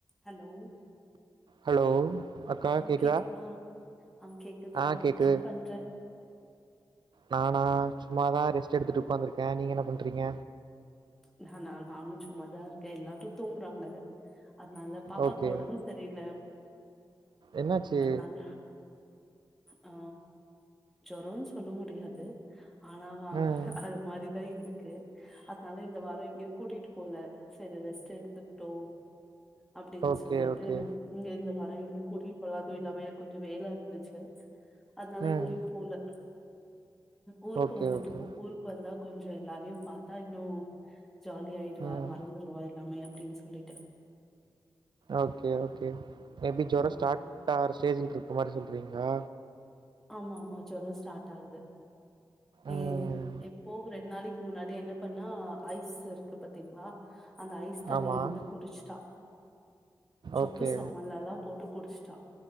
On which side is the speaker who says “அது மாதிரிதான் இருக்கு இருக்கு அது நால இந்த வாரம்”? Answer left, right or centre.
Centre